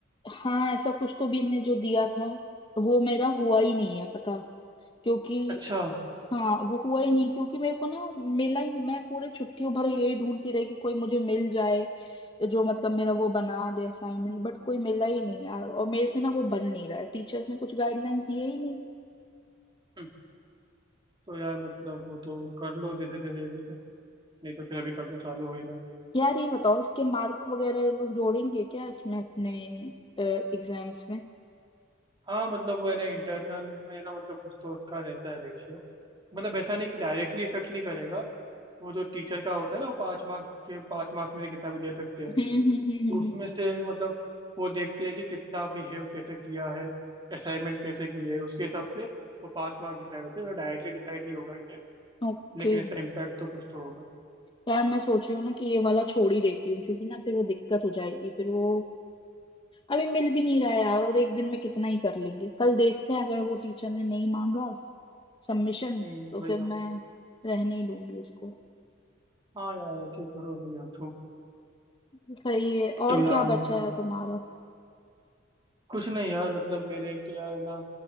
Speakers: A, on the left; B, on the right.
A: हाँ ऐसा कुछ तो भी इनने जो दिया था वो मेरा हुआ ही नहीं है पता क्योंकि
B: अच्छा
A: हाँ वो हुआ ही नहीं क्योंकि मेरे को ना मिला ही नहीं मैं पूरे छुट्टियों भर यही ढूंढती रही कि कोई मुझे मिल जाए जो मतलब मेरा वो बना दे असाइनमेंट बट कोई मिला ही नहीं यार और मेरे से ना वो बन नहीं रहा है टीचर्स ने कुछ गाइडलाइंस दिए ही नहीं
B: हम्म, तो यार मतलब वो तो कर लो जैसे तैसे जल्दी से नहीं तो फिर अभी कल तो चालू हो ही रहा है
A: यार ये बताओ इसके मार्क वगैरह ये लोग जोड़ेंगे क्या इसमें अपने एग्जाम्स में <laughs>
B: हाँ मतलब वो है ना इंटरनल में ना मतलब कुछ तो उसका रहता है रेशियो मतलब ऐसा नहीं कि डायरेक्टली इफेक्ट नहीं करेगा वो जो टीचर का होता है ना वो पाँच मार्क्स के पाँच मार्क्स में से कितना भी दे सकते हैं
A: हम्म
B: तो उसमें से मतलब वो देखते हैं कि कितना बिहेव कैसे किया है असाइनमेंट कैसे किए है उसके हिसाब से वो पास मार्क डिसाइड होते हैं डायरेक्टली डिसाइड नहीं होगा ये
A: ओके
B: लेकिन इसका इम्पैक्ट तो कुछ तो होगा
A: यार मैं सोच रही हूँ ना कि ये वाला छोड़ ही देती हूँ क्योंकि ना फिर वो दिक्कत हो जाएगी फिर वो अभी मिल भी नहीं रहा है यार और एक दिन में कितना ही कर लेंगे कल देखते हैं अगर वो टीचर ने नहीं मांगा सबमिशन
B: हम्म
A: तो फिर
B: वही तो
A: मैं रहने ही दूंगी उसको
B: हाँ यार ऐसे ही करो फिर यार तो
A: सही है
B: तो
A: और
B: यार
A: क्या
B: मतलब
A: बचा है तुम्हारा
B: कुछ नहीं यार मतलब मेरे एक तो यार ना